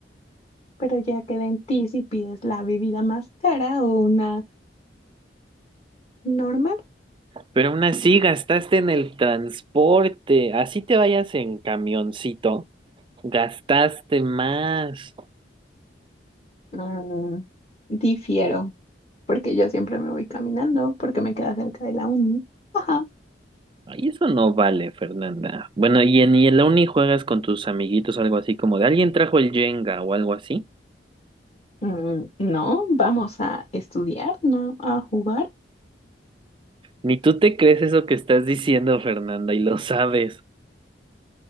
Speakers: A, on the left (about 35°); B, on the right (about 30°).
A: pero ya queda en ti si pides la bebida más cara o una normal.
B: Pero aún así, gastaste en el transporte. Así te vayas en camioncito, gastaste más.
A: Mm, difiero, porque yo siempre me voy caminando porque me queda cerca de la uni. Ajá.
B: Ay, eso no vale, Fernanda. Bueno, y en, y en la uni juegas con tus amiguitos, algo así como de alguien trajo el Jenga o algo así.
A: Mm, No, vamos a estudiar, no a jugar.
B: Ni tú te crees eso que estás diciendo, Fernanda, y lo sabes.